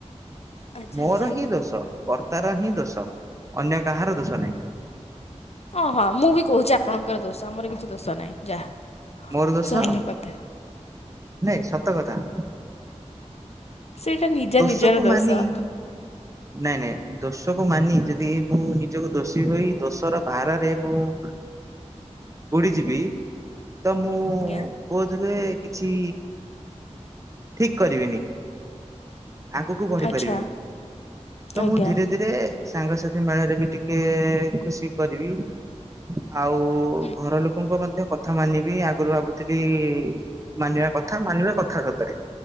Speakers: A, on the left (about 60°); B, on the right (about 25°).
A: ଆଚ୍ଛା
B: ମୋର
A: ଆଚ୍ଛା
B: ହିଁ ଦୋଷ କର୍ତ୍ତାର ହିଁ ଦୋଷ ଅନ୍ୟ କାହାର ଦୋଷ ନାହିଁ
A: ହଁ ହଁ ମୁଁ ବି କହୁଛି ଆପଣଙ୍କର ଦୋଷ ଆମର କିଛି ଦୋଷ ନାହିଁ ଯାହା
B: ମୋର ଦୋଷ
A: ସରିଲା କଥା।
B: ନାଇଁ ସତ କଥା
A: ସେଇଟା ନିଜ
B: ଦୋଷକୁ
A: ନିଜର ଦୋଷ
B: ମାନି ନାଇଁ ନାଇଁ ଦୋଷକୁ ମାନି ଯଦି ମୁଁ ନିଜକୁ ଦୋଷୀ ହୋଇ ଦୋଷର ବାହାରାରେରେ ମୁୁ ବୁଡିଯିବି ତ ମୁଁ
A: ଆଜ୍ଞା।
B: ବୋଧହୁଏ କିଛି ଠିକ କରିବିନି ଆଗକୁ ବଢି
A: ଆଚ୍ଛା
B: ପାରିବିନି ତ
A: ଆଜ୍ଞା।
B: ମୁଁ ଧୀରେ ଧୀରେ ସାଙ୍ଗସାଥି ମେଳାରେ ବି ଟିକେ ଖୁସି କରିବି ଆଉ
A: ହୁଁ
B: ଘର ଲୋକଙ୍କ ମଧ୍ୟ କଥା ମାନିବି ଆଗରୁ ଭାବୁଥିଲି ମାନିବା କଥା ମାନିବା କଥା ସତରେ